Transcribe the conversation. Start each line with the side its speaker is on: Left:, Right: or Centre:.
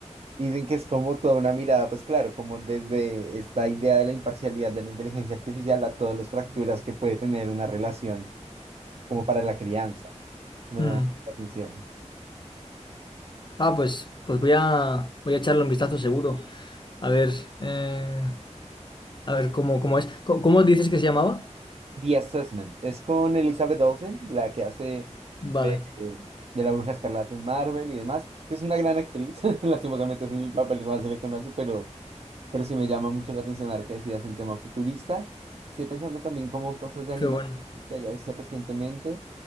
Right: Y Dicen que es como toda una mirada, pues claro, como desde esta idea de la imparcialidad de la inteligencia artificial a todas las fracturas que puede tener una relación como para la crianza. Me
Left: Mm.
Right: llamó la atención.
Left: Ah, pues, pues voy a, voy a echarle un vistazo seguro. A ver, eh, a ver cómo, cómo es. Co- ¿Cómo, dices que se llamaba?
Right: The Assessment. Es con Elizabeth Olsen, la que hace
Left: Vale,
Right: de, de la Bruja Escarlata en Marvel y demás, que es una gran actriz. <laughs> Lastimosamente es el papel que más se le conoce, pero, pero sí me llama mucho la atención ahora que decías el tema futurista. Estoy pensando también como cosas de animación
Left: qué bueno.
Right: que haya visto recientemente.